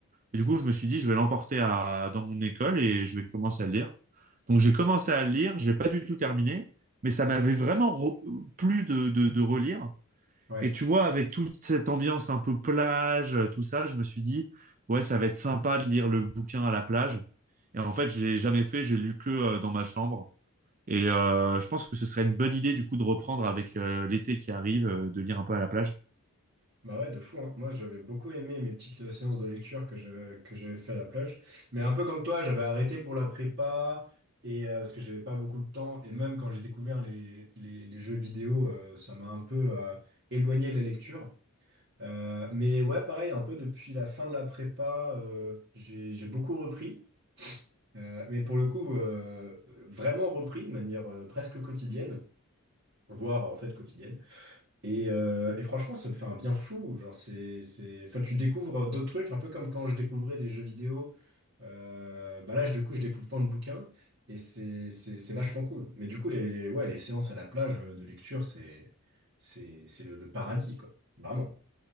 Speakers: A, on the right (about 35°); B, on the right (about 55°).
A: et du coup, je me suis dit, je vais l'emporter à, dans mon école et je vais commencer à le lire. Donc, j'ai commencé à le lire, je l'ai pas du tout terminé, mais ça m'avait vraiment re- plu de, de, de relire.
B: Ouais,
A: Et tu vois, avec toute cette ambiance un peu plage, euh, tout ça, je me suis dit, ouais, ça va être sympa de lire le bouquin à la plage. Et en fait, je l'ai jamais fait, j'ai lu que euh, dans ma chambre. Et euh, je pense que ce serait une bonne idée, du coup, de reprendre avec euh, l'été qui arrive, euh, de lire un peu à la plage.
B: bah ouais, de fou, hein. Moi, j'avais beaucoup aimé mes petites euh, séances de lecture que je, que j'avais fait à la plage. Mais un peu comme toi, j'avais arrêté pour la prépa et euh, parce que j'avais pas beaucoup de temps. Et même quand j'ai découvert les, les, les jeux vidéo, euh, ça m'a un peu euh, éloigné les lectures. Euh, mais ouais, pareil, un peu depuis la fin de la prépa, euh, j'ai, j'ai beaucoup repris. Euh, mais pour le coup, euh, vraiment repris de manière euh, presque quotidienne, voire en fait quotidienne. Et, euh, et franchement, ça me fait un bien fou. Genre, c'est, c'est... Enfin, tu découvres d'autres trucs, un peu comme quand je découvrais des jeux vidéo. Euh, bah là, je- du coup, je découvre plein de bouquins et c'est, c'est, c'est vachement cool. Mais du coup, les, les- ouais, les séances à la plage euh, de lecture, c'est, c'est, c'est le, le paradis, quoi. Vraiment.